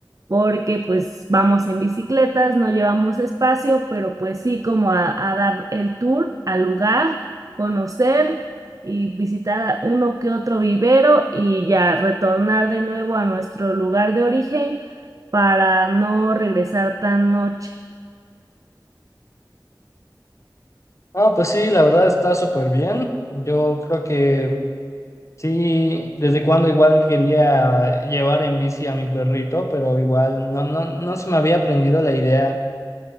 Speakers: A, on the right; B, on the left.
A: porque pues vamos en bicicletas, no llevamos espacio, pero pues sí como a a dar el tour al lugar conocer y visitar uno que otro vivero y ya retornar de nuevo a nuestro lugar de origen para no regresar tan noche.
B: No, pues sí, la verdad está súper bien, yo creo que... Sí, desde cuando igual quería llevar en bici a mi perrito, pero igual no, no, no se me había aprendido la idea